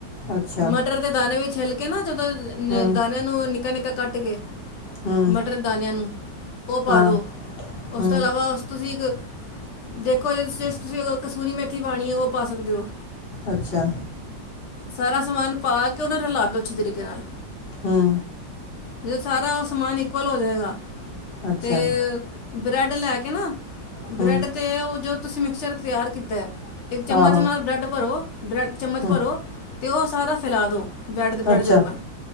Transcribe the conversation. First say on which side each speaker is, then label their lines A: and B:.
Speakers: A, on the left (about 35°); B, on the left (about 80°).
A: ਅੱਛਾ
B: ਮਟਰ ਦੇ ਦਾਣੇ ਵਿੱਚ। ਖੇ ਕੇ ਨਾ। ਜਦੋਂ
A: ਹੂੰ
B: ਦਾਾਨਿਆਂ ਨੂੰ। ਨਿਕਾ ਨਿਕਾ ਕੱਟ ਕੇ।
A: ਹੂੰ
B: ਮਟਰ ਦਾਨਿਆਂ ਨੂੰ। ਪਾ
A: ਹਾਂ
B: ਦੋ ਉਸ
A: ਹੂੰ
B: ਤੋਂ ਇਲਾਵਾ ਉਸ ਤੋਂ। ਤੁਸੀਂ ਇੱਕ ਦੇਖੋ ਜ ਤੁਸੀਂ ਕਸੂਰੀ ਮੇਥੀ ਪਾਉਣੀ ਹੈ, ਉਹ ਪਾ ਸਕਦੇ ਹੋ,।
A: ਅੱਛਾ।
B: ਸਾਰਾ ਸਮਾਨ ਪਾ ਕੇ ਉਹਨੂੰ ਰਲਾ ਦੋ ਅੱਛੇ ਤਰੀਕੇ ਨਾਲ।
A: ਹਮ।
B: ਜ ਸਾਰਾ ਉਹ ਸਮਾਨ ਇਕੁਅਲ ਹੋ ਜਾਵੇਗਾ।
A: ਅੱਛਾ
B: ਤੇ। ਬਰੈੱਡ ਲੈ ਕੇ ਨਾ। ਬ੍ਰੈਡ
A: ਹੂੰ
B: ਤੇ ਉਹ ਜੋ। ਤੁਸੀਂ ਮਿਕਸਚਰ ਤਿਆਰ ਕੀਤਾ। ਇੱਕ ਚਮਚ
A: ਆਹੋ
B: ਨਾਲ ਬ੍ਰੈਡ ਭਰੋ। ਬ੍ਰੈੱਡ ਚਮਚ
A: ਹੂੰ
B: ਭਰੋ। ਅਤੇ ਉਹ ਸਾਰਾ ਫੈਲਾ ਦਿਉ। ਬੈਡ ਬੈਡ
A: ਅੱਛਾ
B: ਦੇ ਉੱਪਰ